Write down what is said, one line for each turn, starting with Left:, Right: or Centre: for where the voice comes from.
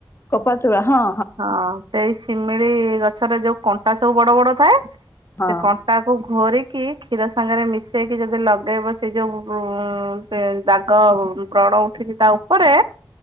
Left: କପା ତୁଳା ହଁ।
Right: ହଁ ସେଇ ଶିମିଳି ଗଛରେ ଯୋଉ କଣ୍ଟା ସବୁ ବଡ-ବଡ ଥାଏ,
Left: ହଁ
Right: ସେ କ ତାକୁ ଘୋରିକି କ୍ଷୀର ସାଙ୍ଗେରେ ମିଶେଇକି ଯଦି ଲଗେଇବ ସେ ଯୋଉ ଉ <unintelligible> ଦାଗ ବ୍ରଣ ଉଠିଚି ତା ଉପରେ